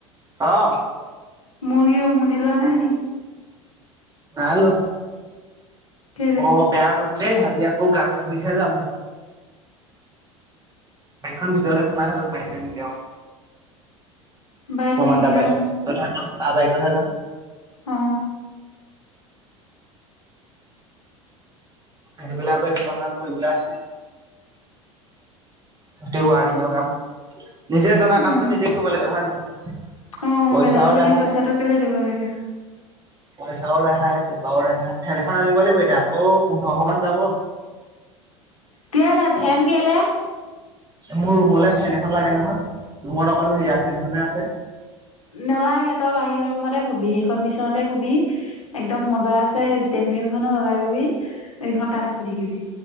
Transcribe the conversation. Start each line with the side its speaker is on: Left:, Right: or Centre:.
Right: অ।
Left: মুৰ্গী উমনি লোৱা নাই নি।
Right: নাই লোৱা।
Left: কেলে?
Right: অ বেয়া ৰ'দ দেই আজি আকৌ গাটো ধুইহে যাম। বাইকখন ভিতৰত সোমাই থাকক বাহিৰলৈ নিলে আৰু।
Left: বাইক
Right: প্ৰমমান
Left: নিনিয়ে
Right: এটা পাই তাৰ বাইকত হে যাম।
Left: অহ।
Right: সেইবিলাক গৈ সবা কাম কৰিবলে আছে। গোটেই ৱাইৰৰিঙ কাম নিজে জনা
Left: উম।
Right: কামটো নিজে কৰিব লাগে হয় নে নহয়।
Left: অ
Right: পইচাও
Left: বেলেগক এনে
Right: ৰেহাই
Left: পইচাটো কেলে দিব লাগে।
Right: পইচাও নাহে হে কিবাও নাহে। ফেন এখন আনিব লাগিব এতিয়া আকৌ পোন্ধৰশ মান যাব।
Left: কেলে ফেন কেলে।
Right: মোৰ ৰুমলে ফেন এখন লাগে নহয় ৰুমত অকলে সেয়াৰ ফেনখনে আছে।
Left: নালাগে তই বাহিৰৰ ৰুমতে শুবি সেইখন বিছনাতে শুবি একদম মজা আছে। ষ্টেন ফেন লগাই ল'বি। এইখন তাতে শুই থাকিবি।